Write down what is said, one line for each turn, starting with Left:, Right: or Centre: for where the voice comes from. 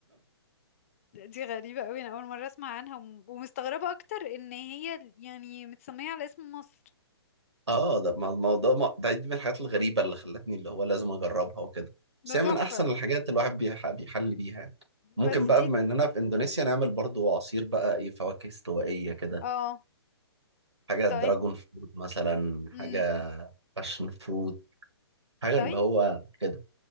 Left: دي غريبة قوي انا اول مرة اسمع عنها وم- ومستغربة اكتر ان هي ال- يعني متسمية على اسم مصر
Right: اه ده ما ما- هو ده ما- ده دي من الحاجات الغريبة اللي خلتني اللي هو لازم اجربها وكده
Left: ده
Right: بس هي
Left: تحفة
Right: من احسن الحاجات الواحد بيح- بيحل بيها يعني. ممكن
Left: بس
Right: بقى
Left: دي
Right: بما اننا في اندونيسيا نعمل برضو عصير بقى ايه فواكه استوائية كده
Left: اه
Right: حاجة
Left: طيب
Right: دراجون فروت مثلا
Left: امم
Right: حاجة باشن فروت حاجة
Left: طيب
Right: اللي هو كده